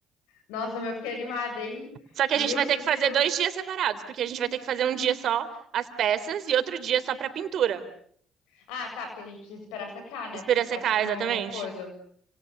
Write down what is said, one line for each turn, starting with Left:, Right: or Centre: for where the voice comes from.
Left: Nossa, meu, eu fiquei animada, hein?
Right: Só que
Left: Meu
Right: a gente vai ter
Left: Deus.
Right: que fazer dois dias separados, porque a gente vai ter que fazer um dia só as peças e outro dia só pra pintura.
Left: Ah, tá, porque a gente precisa esperar secar, né?
Right: Espera
Left: Pra ficar,
Right: secar,
Left: tipo, no
Right: exatamente.
Left: coisa.